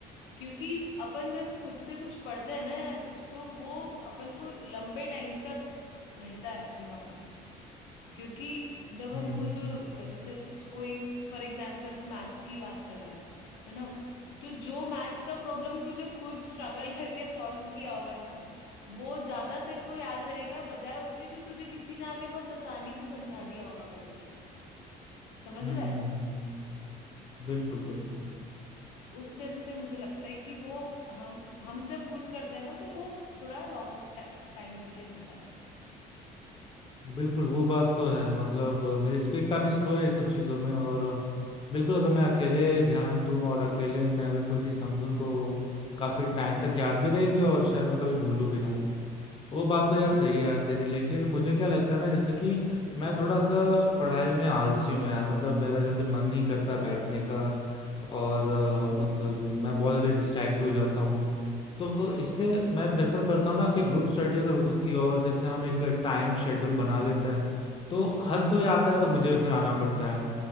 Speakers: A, on the left; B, on the left.
A: क्योंकि अपन जब खुद से कुछ पढ़ते हैं ना यार तो वो अपन को लंबे टाइम तक रहता है दिमाग में क्योंकि जब
B: हम्म
A: हम
B: हम्म
A: खुद अ, जैसे कोई फॉर एग्जाम्पल तू मैथ्स की बात कर रहा है है ना तो जो मैथ्स का प्रॉब्लम तूने खुद स्ट्रगल करके सॉल्व किया होगा ना वो ज्यादा तेरे को याद रहेगा बजाय उसके जो तुझे किसी ने आके बहुत आसानी से समझा दिया होगा बैठ के समझ
B: हम्म
A: रहा है
B: हम्म, हम्म, बिल्कुल
A: उस
B: बिल्कुल
A: उस सेंस से मुझे लगता है कि वो हम हम जब खुद करते हैं ना तो वो थोड़ा लॉन्ग टाइम के लिए रहता है
B: बिल्कुल वो बात तो है मतलब अ, मेरी स्पीड काफी स्लो है ये सब चीजों में और अ, बिल्कुल अगर मैं अकेले ध्यान दूं और अकेले मैं अगर कोई चीज समझूं तो काफी टाइम तक याद भी रहेगी और शायद मैं कभी भूलूं भी ना वो बात
A: हम्म
B: तो यार सही है यार तेरी लेकिन मुझे क्या लगता है ना जैसे कि मैं थोड़ा सा पढ़ाई में आलसी हूँ यार मतलब मेरा जल्दी मन नहीं करता बैठने का और अ, मतलब मैं बहुत जल्दी डिस्ट्रैक्ट भी हो जाता हूँ तो इसलिए
A: अच्छा
B: मैं प्रेफर करता हूँ ना कि ग्रुप स्टडी अगर होती है और जैसे हम एक टाइम शेड्यूल बना लेते हैं तो हर कोई आता है तो मुझे भी फिर आना पड़ता है